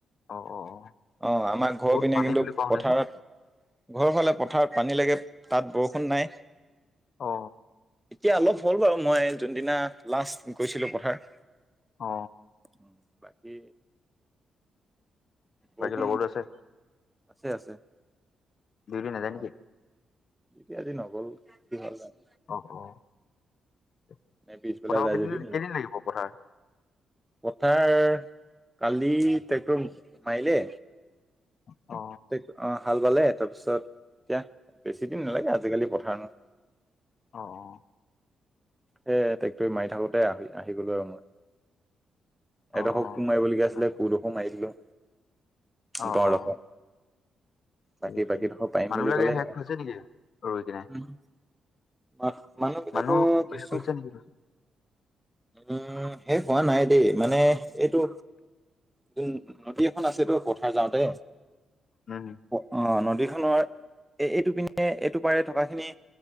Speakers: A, on the left; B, in the centre.
A: অ অ অ
B: অ, আমাৰ ঘৰ
A: বহুত
B: পিনে
A: পানী
B: কিন্তু
A: বুলি কোৱা
B: পথাৰত?
A: শুনিছো
B: ঘৰ ফালে পথাৰত পানী লাগে তাত বৰষুণ নাই?
A: অ
B: এতিয়া অলপ হ'ল বাৰু, মই যোনদিনা লাষ্ট গৈছিলো পথাৰ?
A: অ
B: উম বাকী বৰষুণ
A: বাকী লগটো আছে?
B: আছে আছে
A: ডিউটি নাযায়
B: অ
A: নেকি
B: এতিয়া আজি নগ'ল কি হল যানো
A: অ অ, পথাৰ
B: নে পিছবেলা
A: আও
B: যায়
A: কেইদিন
B: যদি নাজানো
A: কেইদিন লাগিব পথাৰ?
B: পথাৰ কালি ট্ৰেক্টৰ মাৰিলে?
A: অ
B: অ, হাল বালে তাৰপিছত এতিয়া বেছি দিন নালাগে আজিকালি পথাৰ ন
A: অ অ
B: সেই ট্ৰেক্টৰে মাৰি থাকোতে আহি আহি গলো আৰু মই?
A: অ অ
B: এদখ
A: অ
B: কো মাৰিবলগীয়া আছিলে
A: আৰু
B: কো ডোখো মাৰি দিলো?
A: অ
B: দডোখৰ
A: অ ঠিক
B: বাকী
A: আছে
B: বাকী ডখ পাৰিম
A: মানুহ
B: বুলি
A: বিলাকে
B: কলে,
A: শেষ হৈছে নেকি ৰৈ কিনে
B: উম মা, মানুহবিলাকো
A: মানুহ
B: কিছুু,
A: শেষ হৈছে নেকি
B: উম, শেষ হোৱা নাই দেই মানে এইটো? যোন নদী এখন আছে তো পথাৰ যাওঁতে?
A: উম
B: অ, নদীখনৰ এ এইটোপিনে এইটো পাৰে থকা খিনি?